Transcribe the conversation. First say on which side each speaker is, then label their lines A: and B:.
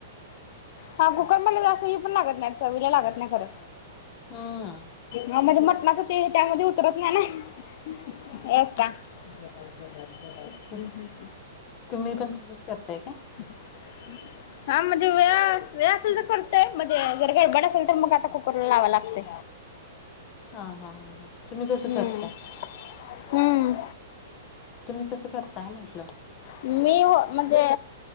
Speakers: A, on the left; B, on the left.
A: हा, कुकर मधल जास्त ही पण लागत नाही, चवीला लागत नाही खरं.
B: हम्म
A: हा म्हणजे, मटणाच ते त्यांमध्ये उतरत नाही ना. ए कां, हम्म
B: तेच की
A: हम्म.
B: तुम्ही पण तसंच, करताय काय.
A: <inaudible> हा म्हणजे वेळ वेळ असेल तर करतोय. म्हणजे जर गडबड असेल तर मग, आता कुकरला लावायला लागतंय.
B: हा हा हा हा तुम्ही कसं
A: हम्म
B: करताय
A: हम्म
B: तुम्ही कसं करताय म्हटलं
A: मी हो म्हणजे